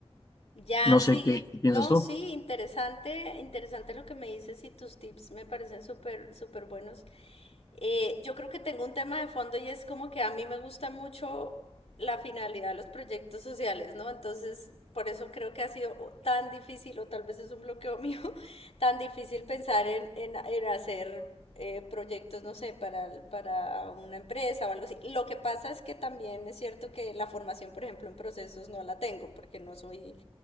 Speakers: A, on the left; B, on the left.
A: Ya,
B: No
A: sí,
B: sé qué, qué piensas
A: no,
B: tú.
A: sí, interesante, interesante lo que me dices y tus tips me parecen súper, súper buenos. Eh, yo creo que tengo un tema de fondo y es como que a mí me gusta mucho la finalidad de los proyectos sociales, ¿no? Entonces, por eso creo que ha sido tan difícil, o tal vez es un bloqueo mío, <laughs> tan difícil pensar en, en en hacer eh, proyectos, no sé, para, para una empresa o algo así. Lo que pasa es que también es cierto que la formación, por ejemplo, en procesos no la tengo porque no soy